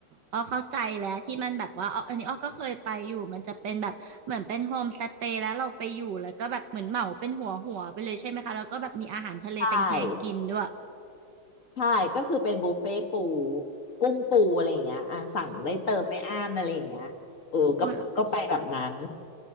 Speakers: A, on the right (about 60°); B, on the left (about 40°).
A: อ้อเข้าใจแล้วที่มันแบบว่าอ๋ออันนี้อ้อก็เคยไปอยู่มันจะเป็นแบบเหมือนเป็นโฮมสเตย์แล้วเราไปอยู่แล้วก็แบบเหมือนเหมาเป็นหัวหัวไปเลยใช่ไหมคะแล้วก็แบบมีอาหารทะเลแพงๆกินด้วย
B: ใช่ใช่ก็คือเป็นบุฟเฟ่ปูกุ้งปูอะไรอย่างเงี้ยอ่ะสั่งได้เติมไม่อั้นอะไรอย่างเงี้ยเออก็ก็ไปแบบนั้น
A: โอ้ย